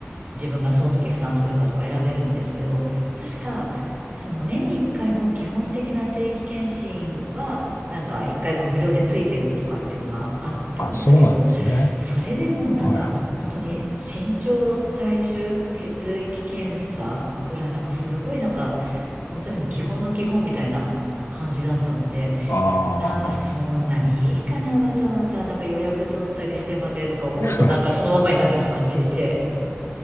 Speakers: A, on the right; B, on the left.
A: 自分がその時負担するかとか選べるんですけど、確か、その年に1回の基本的な定期検診は、なんか1回分無料でついてるとかっていうのがあったんですけど、
B: あ、そうなんですね。
A: それでもなんか本当に身長、
B: はいはい。
A: 体重、血液検査ぐらいなんかすごいなんか本当にもう基本の基本みたいな感じだったので、
B: あ
A: なんかそんなにいいかな、
B: あ。
A: わざわざなんか予約取ったりしてまでとか思うとなんかそのままになってしまっていて。
B: <laughs>